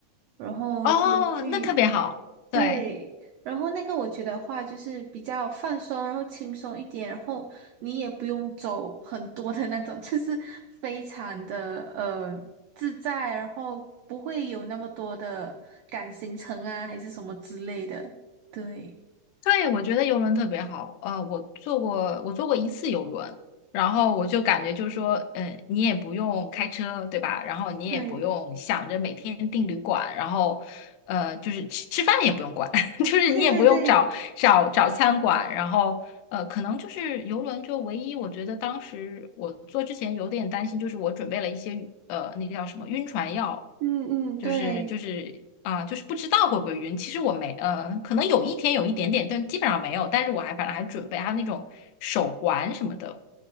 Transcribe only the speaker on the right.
然后就去。
对，
然后那个我觉得话就是比较放松，然后轻松一点，然后你也不用走很多的那种，<laughs> 就是非常的呃自在，然后不会有那么多的赶行程啊，还是什么之类的。对，
对，
对对对，
嗯嗯，
对。